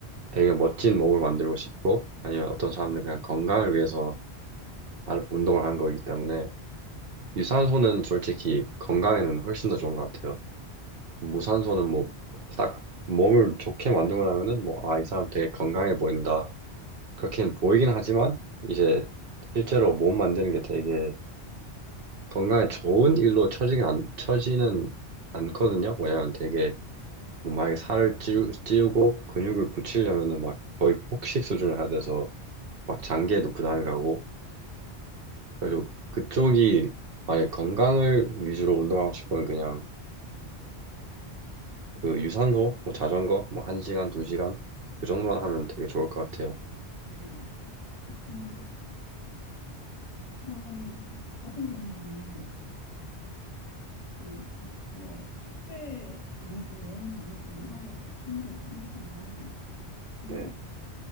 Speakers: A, on the right (about 60°); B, on the left (about 40°).
A: 되게 멋진 몸을 만들고 싶고 아니면 어떤 사람들은 그냥 건강을 위해서 하- 운동을 하는 거기 때문에 유산소는 솔직히 건강에는 훨씬 더 좋은 것 같아요. 무산소는 뭐 딱 몸을 좋게 만들고 나면은 뭐 아, 이 사람 되게 건강해 보인다. 그렇게는 보이긴 하지만 이제 실제로 몸 만드는 게 되게 건강에 좋은 일로 처지긴 안, 처지는 않거든요. 왜냐면 되게 뭐 만약에 살을 찌우, 찌우고 근육을 붙이려면은 막 거의 폭식 수준을 해야 돼서 막 장기에도 부담이 가고 그래서 그쪽이 만약에 건강을 위주로 운동하고 싶으면 그냥 그 유산소 뭐 자전거 뭐 한 시간 두 시간 그 정도만 하면 되게 좋을 것 같아요.
B: 네. 나 그러면은 저 같은 경우에는 그 뭐 축제 다니고 여행 다니고 뭐 이런 것도 취미가 있긴 하지만 그
A: 네.